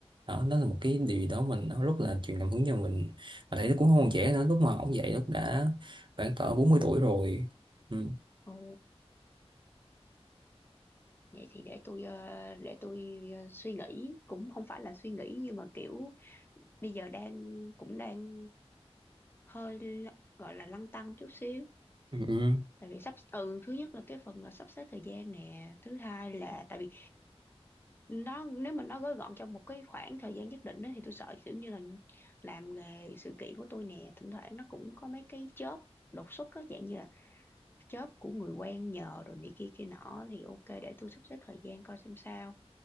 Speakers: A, on the right; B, on the left.
A: đó đó là một cái điều gì đó mình nó rất là truyền cảm hứng cho mình mà thầy nó cũng không còn trẻ nữa lúc mà ông dạy lúc đã khoảng cỡ bốn mươi tuổi rồi ừ.
B: ồ vậy thì để tôi ờ, để tôi ờ, suy nghĩ cũng không phải là suy nghĩ nhưng mà kiểu bây giờ đang cũng đang hơi l- gọi là lăn tăn chút xíu
A: Ừ. ừ,
B: tại vì sắp ừ thứ nhất là cái phần là sắp xếp thời gian nè thứ hai là tại vì nó nếu mà nó gói gọn trong một cái khoảng thời gian nhất định đó, thì tôi sợ kiểu như là làm nghề sự kiện của tôi nè thỉnh thoảng nó cũng có mấy cái chớp đột xuất á dạng như là chớp của người quen nhờ rồi này kia kia nọ thì ok để tôi sắp xếp thời gian coi xem sao